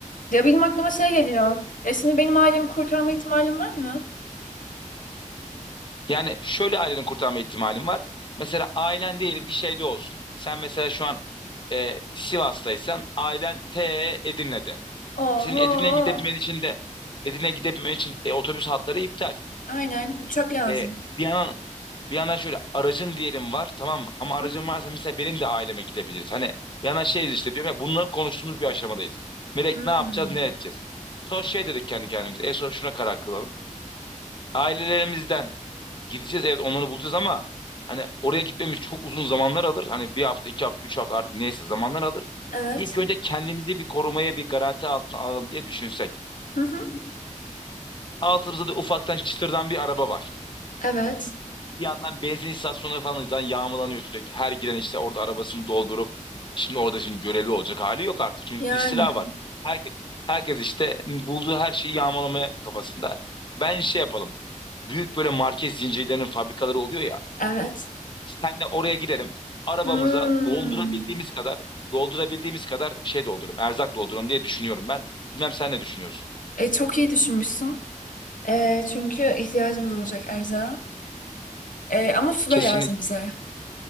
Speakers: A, on the left (about 85°); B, on the left (about 35°).
A: Ya benim aklıma şey geliyor. Ya şimdi benim ailemi kurtarma ihtimalim var mı?
B: Yani şöyle aileni kurtarma ihtimalin var. Mesela ailen diyelim ki şeyde olsun. Sen mesela şu an e, Sivas'taysan ailen T Edirne'de.
A: Oho.
B: E, Senin Edirne'ye gidebilmen için de Edirne'ye gidebilmen için e, otobüs hatları iptal.
A: Aynen. Uçak lazım.
B: E, bir yandan bir yandan şöyle aracın diyelim var tamam mı? Ama aracın
A: Hı hı.
B: varsa mesela benim de aileme gidebiliriz. Hani bir yandan şeyiz işte diyorum ya bunları konuştuğumuz bir aşamadayız. Melek
A: Hmm.
B: ne yapacağız ne edeceğiz? Son şey dedik kendi kendimize. En son şuna karar kılalım. Ailelerimizden Gideceğiz evet onları bulacağız ama hani oraya gitmemiz çok uzun zamanlar alır. Hani bir hafta, iki hafta, üç hafta artık neyse zamanlar alır.
A: Evet.
B: İlk önce kendimizi bir korumaya bir garanti altına alalım diye düşünsek.
A: Hı hı.
B: Altımızda da ufaktan çıtırdan bir araba var.
A: Evet.
B: Bir yandan benzin istasyonları falan zaten yağmalanıyor sürekli. Her giren işte orada arabasını doldurup şimdi orada şimdi görevli olacak hali yok artık. Çünkü
A: Yani
B: istila var. Herkes, herkes işte bulduğu her şeyi yağmalamaya kafasında. Ben şey yapalım. Büyük böyle market zincirlerinin fabrikaları oluyor ya.
A: evet.
B: Senle oraya giderim. Arabamıza
A: Hmm.
B: doldurabildiğimiz kadar doldurabildiğimiz kadar şey doldururum. Erzak doldururum diye düşünüyorum ben. Bilmem sen ne düşünüyorsun?
A: E, çok iyi düşünmüşsün. E, çünkü ihtiyacımız olacak erzağa. E, ama su
B: Kesinlikle
A: da lazım bize.